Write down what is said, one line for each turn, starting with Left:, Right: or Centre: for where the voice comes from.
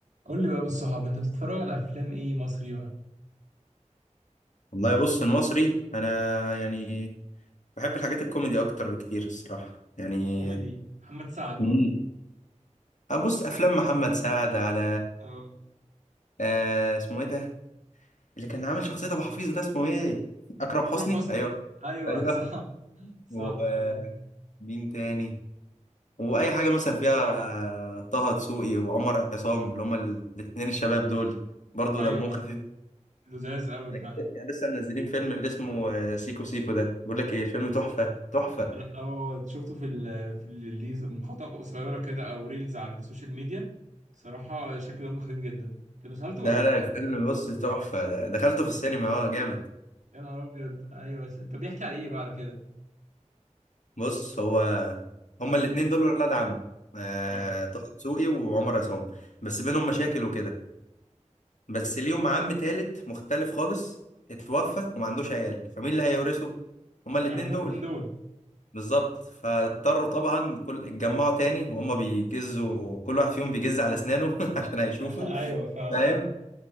Right: قول لي بقى بالصحاب انت بتتفرج على افلام ايه مصري بقى
Left: والله بص المصري انا يعني بحب الحاجات الكوميدي اكتر بكتير الصراحه يعني
Right: كوميدي محمد سعد
Left: مم.
Right: بقى
Left: ابص افلام محمد سعد على
Right: اه
Left: آه اسمه ايه ده اللي كان عامل شخصيه ابو حفيظ ده اسمه ايه اكرم حسني
Right: اكرم حسني
Left: ايوه
Right: ايوه
Left: ايوه
Right: <laughs> صح صح
Left: ومين
Right: ايوه
Left: تاني واي حاجه مثلا فيها آه، طه دسوقي وعمر عصام اللي هما الاثنين الشباب دول برضو
Right: ايوه
Left: دمهم خفيف
Right: لذاذ قوي
Left: يعني
Right: فعلا
Left: كان لسه منزلين فيلم اللي اسمه آه، سيكو سيكو ده بقول لك ايه الفيلم تحفه تحفه
Right: انا اه شفته في ال في الريلز مقاطع قصيره كده او ريلز على السوشيال ميديا صراحه شكله دمه خفيف جدا انت دخلته ولا
Left: لا
Right: ايه
Left: لا الفيلم بص تحفة ده- دخلته في السينما اه جامد
Right: يا نهار ابيض ايوه س- انت بيحكي على ايه بقى على كده
Left: بص هو هما الاتنين دول ولاد عم آه،
Right: اه
Left: طه دسوقي وعمر عصام بس بينهم مشاكل وكده بس ليهم عم تالت مختلف خالص اتوفى وما عندوش عيال فمين اللي هيورثه هما الاتنين
Right: هما
Left: دول
Right: الاثنين دول
Left: بالظبط فاضطروا
Right: اه
Left: طبعا كل اتجمعوا تاني وهما بيجزوا كل واحد فيهم بيجز على اسنانه <laughs> عشان هيشوفوا
Right: <laughs> ايوه فاهم
Left: فاهم